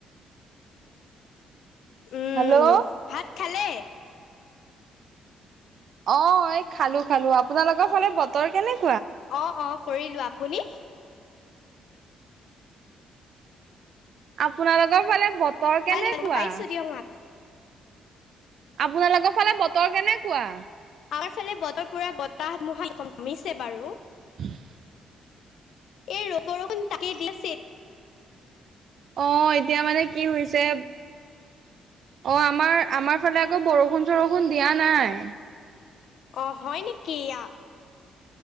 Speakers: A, on the left (about 70°); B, on the right (about 65°).
A: উম
B: হেল্ল'
A: ভাত খালে
B: অ' এই খালো খালো আপোনালোকৰ ফালে বতৰ কেনে?
A: অ' অ' কৰিলো আপুনি?
B: আপোনালোকৰ ফালে বতৰ
A: হেল্ল'
B: কেনেকুৱা?
A: মই পাইছোঁ দিয়ক মাত
B: আপোনালোকৰ ফালে বতৰ কেনেকুৱা?
A: আমাৰ ফালে বতৰ পুৰা বতাহমিছে বাৰু।
B: <inaudible>
A: এই ৰ বৰ তাক দিল চ
B: অ' এতিয়া মানে কি হৈছে। অ' আমাৰ আমাৰ ফালে আকৌ বৰষুণ চৰষুণ দিয়া নাই।
A: অ' হয় নেকি ইয়া